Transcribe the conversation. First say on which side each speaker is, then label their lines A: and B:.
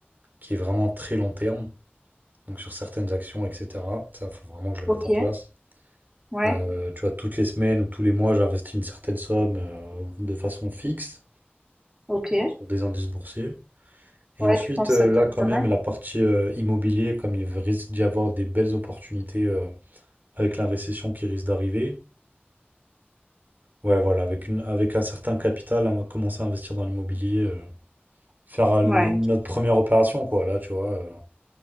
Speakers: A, on the right; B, on the right.
A: qui est vraiment très long terme. Donc sur certaines actions, etc. Ça, faut vraiment que je le
B: OK.
A: mette en place.
B: Ouais.
A: Euh, tu vois, toutes les semaines ou tous les mois, j'investis une certaine somme euh, de façon fixe
B: OK.
A: sur des indices boursiers. Et
B: Ouais,
A: ensuite,
B: tu penses
A: euh,
B: que ça
A: là,
B: peut être
A: quand
B: pas
A: même,
B: mal?
A: la partie euh, immobilier, comme il risque d'y avoir des belles opportunités euh, avec la récession qui risque d'arriver. Ouais, voilà, avec une, avec un certain capital, hein, commencer à investir dans l'immobilier, euh, faire euh,
B: Ouais.
A: notre première opération, quoi. Là, tu vois, euh,